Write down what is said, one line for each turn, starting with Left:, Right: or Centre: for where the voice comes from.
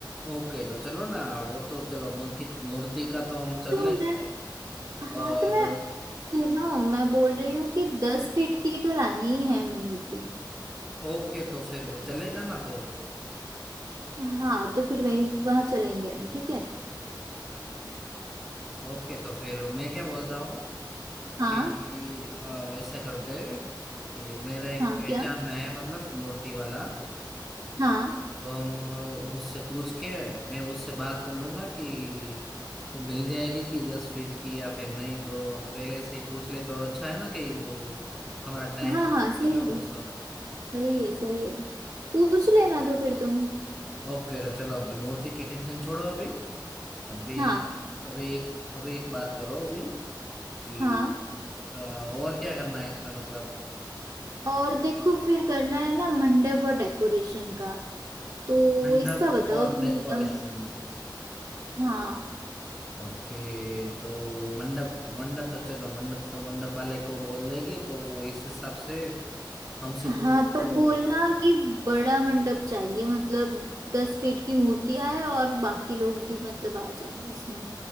Centre: ओके तो चलो ना वो तो चलो मूर्ति मूर्ति का तो हम चल
Right: तो
Centre: लेंगे
Right: मैं हाँ
Centre: और
Right: तो मैं सुनो मैं बोल रही हूँ कि दस फीट की तो लानी ही है मैं मूर्ति
Centre: ओके तो फिर वो चलेगा ना तो
Right: हाँ तो फिर वहीं वहाँ चलेंगे हम ठीक है
Centre: ओके तो फिर मैं क्या बोलता हूँ
Right: हाँ
Centre: कि अ, ऐसा करते कि मेरा एक
Right: हाँ
Centre: पहचान
Right: क्या
Centre: में है मतलब मूर्ति वाला
Right: हाँ
Centre: तो हम अ, उससे पूछ के मैं उससे बात कर लूंगा कि वो मिल जाएगी कि दस फीट की या फिर नहीं तो हम पहले से ही पूछ ले तो अच्छा है ना कि वो हमारा टाइम
Right: हाँ
Centre: भी
Right: हाँ
Centre: बचेगा
Right: सही है।
Centre: वो सब
Right: सही है सही है पूछ लेना तो फिर तुम
Centre: ओके तो चलो अभी मूर्ति की टेंशन छोड़ो अभी अभी
Right: हाँ
Centre: अभी एक अभी एक बात करो अभी कि
Right: हाँ
Centre: अ, और क्या करना है इसमें मतलब
Right: और देखो फिर करना है ना मंडप और डेकोरेशन का तो
Centre: मंडप
Right: इसका बताओ
Centre: और
Right: तुम
Centre: डेकोरेशन
Right: थोड़ा हाँ
Centre: ओके तो मंडप मंडप तो चलो मंडप तो मंडप वाले को बोल देगी तो इस हिसाब से हमसे पूछते
Right: हाँ पर बोलना
Centre: हो
Right: कि बड़ा मंडप चाहिए मतलब दस फीट की मूर्ति आए और बाकी लोग भी मतलब आ जाए उसमें